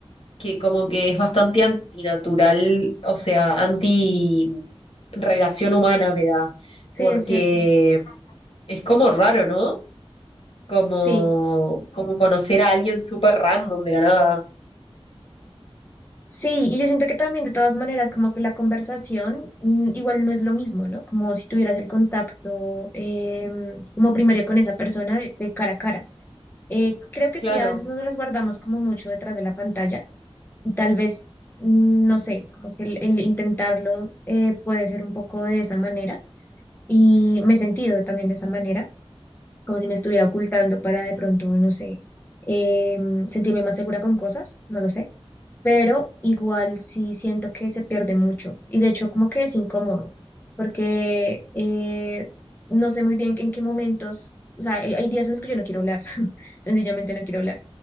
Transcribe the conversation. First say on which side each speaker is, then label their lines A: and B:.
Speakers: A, on the left (about 60°); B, on the left (about 20°).
A: que como que es bastante antinatural, o sea, anti relación humana me da
B: Sí,
A: porque
B: es cierto.
A: es como raro, ¿no? Como,
B: Sí.
A: como conocer a alguien súper random de la nada.
B: Sí, y yo siento que también de todas maneras como que la conversación mm, igual no es lo mismo, ¿no? Como si tuvieras el contacto em, como primario con esa persona de de cara a cara. Eh, creo que
A: Claro,
B: sí, a veces nos resguardamos como mucho detrás de la pantalla y Tal vez, mm, no sé, como que el, el intentarlo eh, puede ser un poco de esa manera y me he sentido también de esa manera, como si me estuviera ocultando para de pronto, no sé, eh, sentirme más segura con cosas, no lo sé, pero igual sí siento que se pierde mucho y de hecho como que es incómodo porque eh, no sé muy bien en qué momentos, o sea, hay hay días en los que yo no quiero hablar, <laughs> sencillamente no quiero hablar